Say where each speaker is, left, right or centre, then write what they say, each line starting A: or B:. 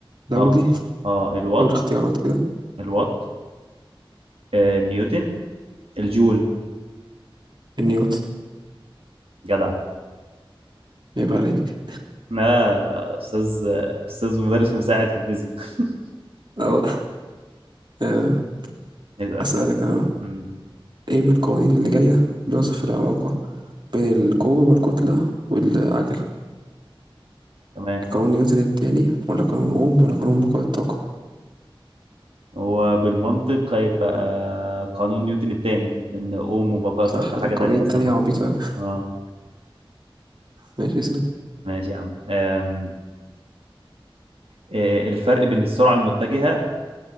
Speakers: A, on the right (about 55°); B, on the right (about 85°).
A: الدولي
B: اه اه الوات
A: أول اختيارات كده
B: الوات أه نيوتن الجول
A: نيوتن
B: جدع
A: عيب عليك
B: لا أستاذ أستاذ مدرس مساعد في الفيزياء <laughs>
A: أو آه،
B: اسأل
A: أسألك
B: كده أنت
A: أنا بقى
B: مم،
A: إيه من القوانين اللي جاية بيوصف العلاقة بين القوة والكتلة والعجلة
B: تمام
A: قانون نيوتن التاني ولا قانون أوم ولا قانون بقاء الطاقة
B: هو بالمنطق هيبقى قانون نيوتن الثاني لأن أوم وبقاء
A: صح
B: الطاقة حاجة
A: القوانين
B: تانية
A: التانية
B: أصلا خالص
A: عبيطة أوي <laughs>
B: اه
A: ماشي سنة
B: ماشي يا عم أم... إيه الفرق بين السرعة المتجهة